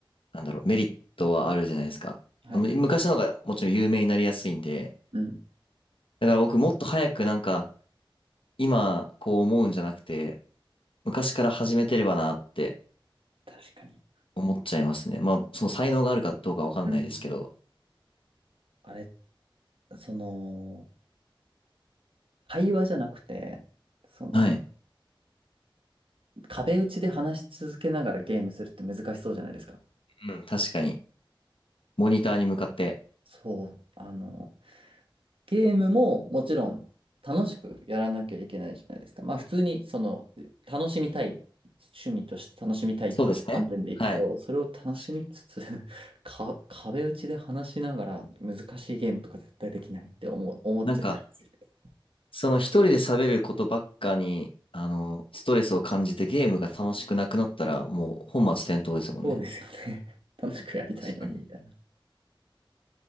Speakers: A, on the left; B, on the right.
A: なんだろう、メリットはあるじゃないですか。
B: はい。
A: む昔の方がもちろん有名になりやすいんで、
B: うん。
A: だから僕もっと早くなんか、今こう思うんじゃなくて、昔から始めてればなって
B: 確かに。
A: 思っちゃいますね。まあ、その才能があるかどうかわかんないですけど、
B: うん。あれ、その、会話じゃなくて、その、
A: はい。
B: 壁打ちで話し続けながらゲームするって難しそうじゃないですか。
A: うん、確かに。モニターに向かって。
B: そう。あの、ゲームももちろん楽しくやらなきゃいけないじゃないですか。まあ普通にその楽しみたい、趣味として楽しみたいっていう観点でいくと、
A: そうですね。はい。
B: それを楽しみつつ
A: 確かに。
B: <laughs> か、壁打ちで話しながら難しいゲームとか絶対できないって思う、思っちゃいますよね。
A: なんか、その一人で喋ることばっかに、あの、ストレスを感じてゲームが楽しくなくなったら、もう本末転倒ですもんね。
B: そうですよね。<laughs> 楽しくやりたいのにみたいな。
A: 確かに。